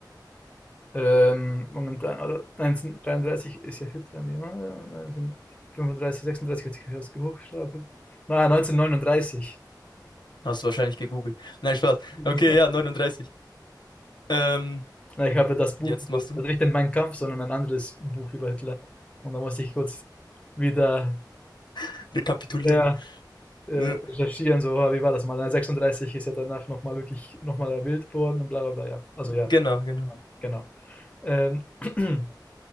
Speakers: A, on the left; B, on the left.
A: Ähm, momentan, also 1933 ist ja Hitler, die, ne? 1935, 36 hat sich ja erst hochgestapelt. Na, 1939.
B: Hast du wahrscheinlich gegoogelt. Nein, Spaß.
A: <laughs>
B: Okay, ja, 39. Ähm,
A: Na, ich habe das Buch
B: jetzt
A: gelesen.
B: machst du.
A: Also nicht den Mein Kampf, sondern ein anderes Buch über Hitler. Und da musste ich kurz wieder.
B: <laughs> Rekapitulieren.
A: Ja, äh,
B: Ja.
A: recherchieren, so, ah, wie war das mal? Na, 36 ist ja danach nochmal wirklich nochmal wild geworden und bla bla bla, ja. Also ja,
B: Genau, genau.
A: genau. Ähm, <clears throat>